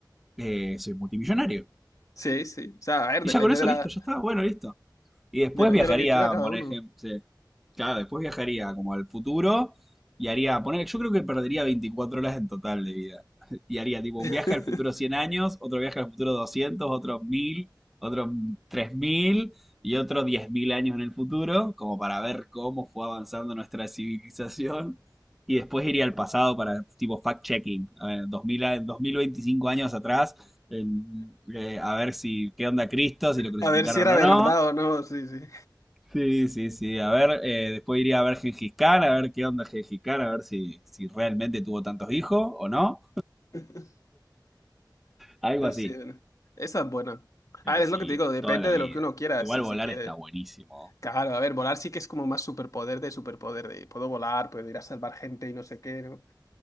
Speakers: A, in the centre; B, on the left.
A: eh, soy multimillonario.
B: Sí, sí. O sea, a ver,
A: Y
B: depende
A: ya con eso
B: de la...
A: listo, ya está, bueno, listo. Y después
B: depende
A: viajaría,
B: de lo que quiera cada
A: por
B: uno.
A: ejemplo, sí. Claro, después viajaría como al futuro y haría, poner, yo creo que perdería 24 horas en total de vida. <laughs> Y haría tipo
B: <laughs>
A: un viaje al futuro 100 años, otro viaje al futuro doscientos otro 1000, otro 3000 y otro 10.000 años en el futuro, como para ver cómo fue avanzando nuestra civilización. Y después iría al pasado para tipo fact-checking, a ver, 2000, a- 2025 años atrás, en- eh, a ver si qué onda Cristo, si lo crucificaron
B: A ver si era
A: o
B: verdad
A: no.
B: o no, sí, sí.
A: Sí, sí, sí. A ver, eh, después iría a ver Gengis Khan, a ver qué onda Gengis Khan, a ver si, si realmente tuvo tantos hijos o no.
B: <laughs>
A: Algo
B: Pues
A: así.
B: sí, bueno. Esa es buena.
A: Pero
B: A ver, es
A: sí,
B: lo que te digo, depende
A: toda la
B: de
A: vida.
B: lo que uno quiera,
A: Igual
B: si,
A: volar
B: si quiere.
A: está buenísimo.
B: Claro, a ver, volar sí que es como más superpoder de superpoder, de puedo volar, puedo ir a salvar gente y no sé qué, ¿no?